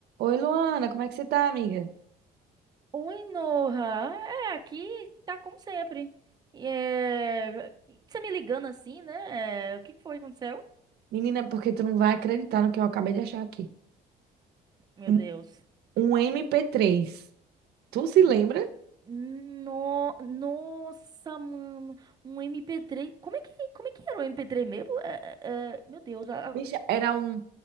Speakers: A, on the right (about 75°); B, on the right (about 25°).
A: Oi, Luana, como é que você tá, amiga?
B: Oi, Noha. É, aqui tá como sempre. E É... Você me ligando assim, né? É, O que que foi que aconteceu?
A: Menina, porque tu não vai acreditar no que eu acabei de achar aqui.
B: Meu
A: Um,
B: Deus.
A: um MP3. Tu se
B: Hum,
A: lembra?
B: No... Nossa, mano. Um MP3. Como é que, como é que era o MP3 mesmo? É, é, é, Meu Deus. a-
A: Bicha,
B: a-
A: era um,